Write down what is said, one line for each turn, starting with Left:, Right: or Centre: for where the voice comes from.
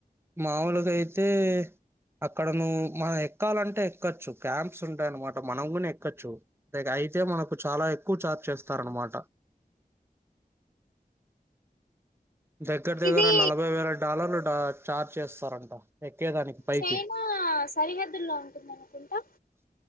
Right: మాములుగా అయితే అక్కడ ను మన ఎక్కాలంటే ఎక్కొచ్చు క్యాంప్స్ ఉంటాయ అనమాట మనం కూడా ఎక్కోచ్చు తే అయితే మనకు చాలా ఎక్కువ ఛార్జ్ చేస్తార అనమాట దగ్గర దగ్గర
Left: ఇది
Right: నలభై వేల డాలర్లు డా చార్జ్ చేస్తారంట ఎక్కేదానికి పైకి
Left: చైనా సరిహద్దుల్లో ఉంటుంది అనుకుంటా